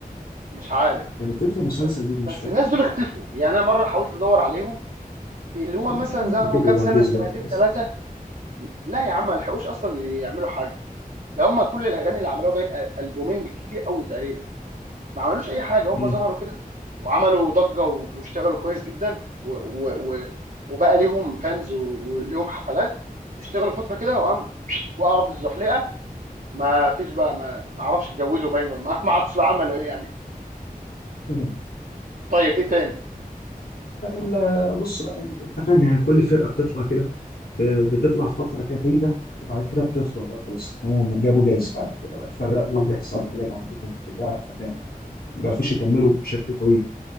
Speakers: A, on the right; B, on the left.
A: مش عارف
B: كانت تتر مسلسل
A: بس
B: ليجي مش
A: بس
B: فاكر
A: الناس
B: كان
A: دول اختفوا
B: آه.
A: يعني انا مره حاولت ادور عليهم اللي هو
B: يا
A: مثلا
B: عم
A: ظهروا
B: كبروا
A: كام سنه
B: وعجزوا
A: سنتين
B: بقى خلاص
A: ثلاثه لا يا عم ما لحقوش اصلا يعملوا حاجه ده هم كل الاغاني اللي عملوها بين أ- البومين بالكتير قوي تقريبا ما عملوش اي حاجه
B: مم.
A: هم ظهروا كده وعملوا ضجه و- واشتغلوا كويس جدا و و و وبقى ليهم فانز و- وليهم حفلات اشتغلوا فتره كده وقام وقعوا في الزحلقه ما فيش بقى ما ما اعرفش اتجوزوا باين ولا ما <laughs> ما اعرفش بقى عملوا ايه يعني
B: <laughs>
A: طيب ايه تاني
B: لا بص بقى يعني انت فاهم يعني كل فرقه بتطلع كده ب- بتطلع فتره كده تنجح وبعد كده بتفضل بقى خلاص هم جابوا جاز بعد كده بقى اتفرقوا
A: مم.
B: بيحصل حاجات عندهم بتاع انت فاهم يعني ما بيعرفوش يكملوا بشكل طويل